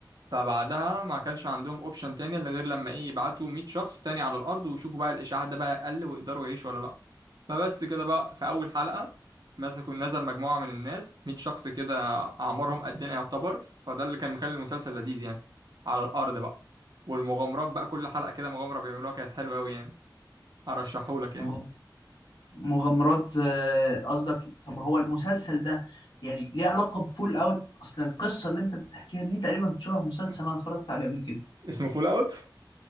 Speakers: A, on the right; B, on the left.
A: فبعدها ما كانش عندهم اوبشن تاني الا غير لما ايه يبعتوا 100 شخص تاني على الارض ويشوفوا بقى الاشعاع ده بقى قل ويقدروا يعيشوا ولا لا فبس كده بقى في اول حلقة مسكوا نزل مجموعة من الناس 100 شخص كده اعمارهم قدنا يعتبر فده اللي كان مخلي المسلسل لذيذ يعني على الارض بقى والمغامرات بقى كل حلقة كده مغامرة بيعملوها كانت حلوة قوي يعني ارشحهولك
B: مغم...
A: يعني
B: مغامرات آه، قصدك طب هو المسلسل ده يعني ليه علاقه بفول اوت اصل القصه اللي انت بتحكيها دي تقريبا شبه مسلسل انا اتفرجت عليه قبل كده
A: اسمه فول اوت